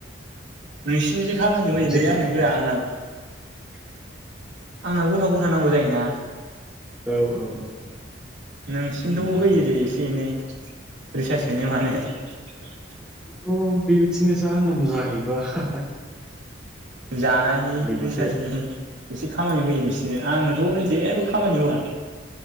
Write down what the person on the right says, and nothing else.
नोंसिनि जों खामानि होयोलै
आंनो होआ आंना
आंना ग'था ग'था नांगौ जायोना।
नोंसिनथ'
होयो दे एसे एनै रिसास सोनो मानो। <inaudible>
जानायनि
रिसारसनि एसे खामानि होयो नोंसिनो। आंनो थ' जेबो खामानिआव होआ।